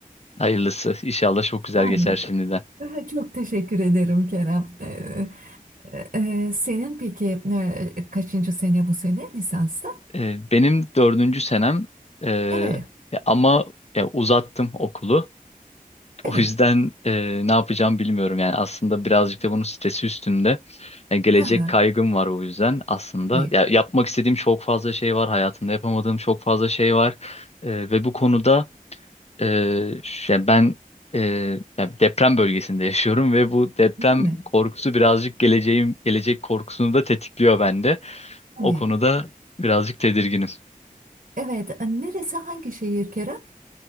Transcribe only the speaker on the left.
Hayırlısı. İnşallah çok güzel
geçer şimdiden.
Ee, benim dördüncü senem e,
ya ama ya uzattım okulu. O
yüzden e, ne yapacağım bilmiyorum. Yani aslında birazcık da bunun stresi üstünde. Yani gelecek
kaygım var o yüzden aslında.
Ya yapmak istediğim çok fazla şey var. Hayatımda yapamadığım çok fazla şey var. E, ve bu konuda Ee, ş- yani ben e, yani deprem bölgesinde <laughs> yaşıyorum ve bu deprem
korkusu birazcık geleceğim gelecek korkusunu da tetikliyor bende.
O konuda birazcık tedirginim.